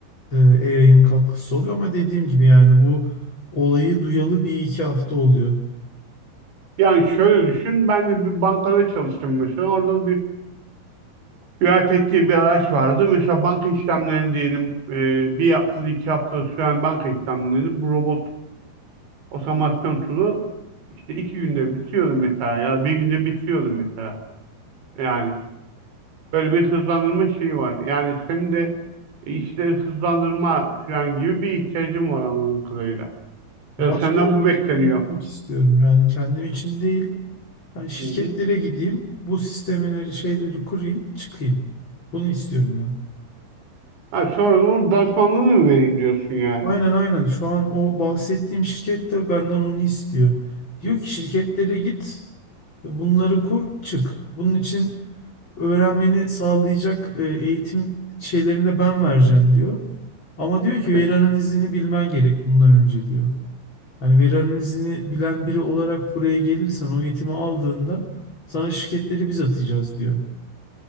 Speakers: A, on the left (about 30°); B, on the right (about 75°).
A: e, AI'ın katkısı oluyor. Ama dediğim gibi yani bu olayı duyalı bir iki hafta oluyor.
B: Yani şöyle düşün, ben de bir bankada çalıştım mesela. Orada bir UiPath diye bir araç vardı. Mesela banka işlemlerini diyelim eee, bir haftada iki haftada süren banka işlemlerini bu robot otomasyon tool'u işte iki günde bitiriyordu mesela ya bir günde bitiriyordu mesela. Yani böyle bir hızlandırma şeyi var. Yani senin de işleri hızlandırma falan gibi bir ihtiyacın var anladığım kadarıyla. Ya
A: Başkaları
B: senden
A: için
B: bu bekleniyor.
A: onu yapmak istiyorum. Yani kendim için değil. Ben şirketlere
B: Hı hı.
A: gideyim, bu sistemeleri, şeyleri kurayım, çıkayım. Bunu istiyorum ben.
B: Ha, sonra da onun danışmanlığını mı vereyim diyorsun yani.
A: Aynen aynen. Şu an o bahsettiğim şirket de benden onu istiyor. Diyor ki şirketlere git. Bunları kur, çık. Bunun için öğrenmeni sağlayacak e, eğitim şeylerini de ben vereceğim diyor. Ama diyor ki
B: Evet.
A: veri analizini bilmen gerek bundan önce diyor. Hani veri analizini bilen biri olarak buraya gelirsen o eğitimi aldığında sana şirketleri biz atacağız diyor.